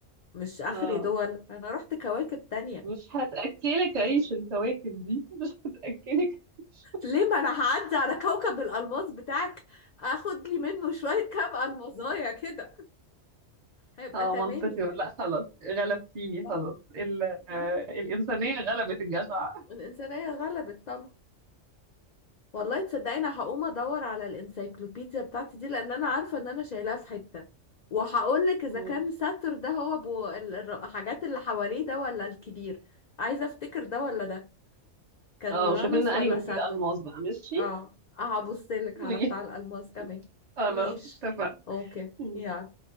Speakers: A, on the left; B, on the right.
A: مش اخري
B: اه
A: دول انا رحت كواكب تانية
B: مش هتأكلك عيش الكواكب دي مش هتأكلك عيش
A: ليه ما انا هعدي على كوكب الالماس بتاعك اخد لي منه شويه كام المظايا كده هيبقى
B: اه
A: تمام
B: منطقي
A: يعني
B: ولا لا خلاص غلبتيني
A: صح؟
B: خلاص ال... آه،
A: صح؟
B: الإنسانية غلبت الجشع
A: الإنسانية غلبت طبعا والله تصدقيني هقوم ادور على الانسايكلوبيديا بتاعتي دي لان انا عارفة ان انا شايلاها في حتة وهقول لك اذا
B: مم.
A: كان ساتر ده هو ابو ال- الر- الحاجات اللي حواليه ده ولا الكبير عايزة افتكر ده ولا ده كان
B: اه
A: يورانوس
B: وشوفي لنا
A: ولا
B: أنهي والفيل
A: ساتر
B: ألماس بقى ماشي
A: اه هبص لك
B: <laughs>
A: على بتاع الالماس كمان
B: خلاص
A: ماشي
B: اتفقنا
A: اوكي
B: مم.
A: يلا